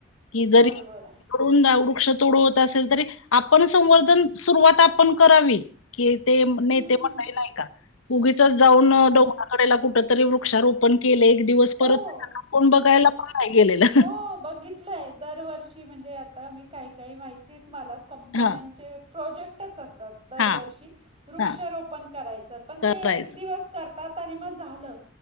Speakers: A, on the left; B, on the right.
A: की जरी
B: बरोबर
A: तिकडून वृक्षतोड होत असली असेल तरी आपण संवर्धन सुरवात आपण करावी कि ते नेते
B: हम्म.
A: मंडळी नाही का उगीच जाऊन
B: खरं
A: डोंगळाकडेला कुठं तरी वृक्षारोपण केलं एक दिवस.
B: हो,
A: परत कोण बघायला पण नाही गेलेलं
B: हो बघित लयं, दरवर्षी म्हणजे आता मी काही- काही माहिती मला कंपन्यांचे
A: हा
B: प्रोजेक्टच असतात दरवर्षी,
A: हा
B: वृक्ष
A: हा
B: रोपण करायचं पण ते
A: करायचं
B: एक दिवस तात आणि मग झालं,